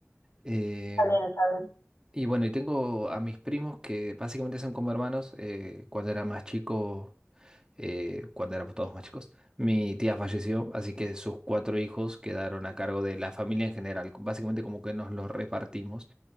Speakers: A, on the right; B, on the left.
A: Eh,
B: bien, está bien.
A: y bueno, y tengo a mis primos que básicamente son como hermanos. eh, cuando era más chico eh, cuando éramos todos más chicos. Mi tía falleció, así que sus cuatro hijos quedaron a cargo de la familia en general. Básicamente como que nos los repartimos,